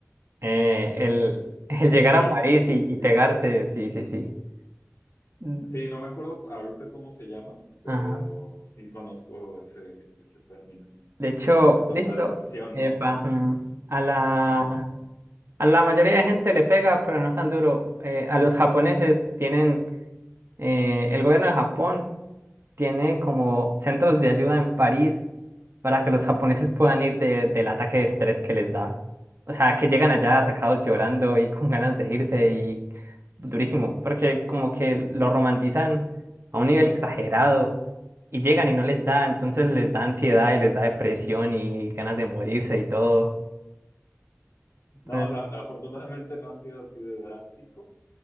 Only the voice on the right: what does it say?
eh, el, <laughs> el llegar
a París
y,
y pegarse, sí, sí, sí. Mm.
Ajá.
De hecho,
listo,
epa,
mm. A la,
a la mayoría de gente le pega, pero no es tan duro. Eh, a los japoneses tienen, eh, el gobierno de Japón tiene como centros de ayuda en París para que los japoneses puedan ir de- del ataque de estrés que les da. O sea, que llegan allá
atacados
llorando y con ganas de irse y durísimo, porque como que lo romantizan a un nivel <laughs> exagerado y llegan y no les da, entonces les da ansiedad y les da depresión y ganas de morirse y todo.
Entonces,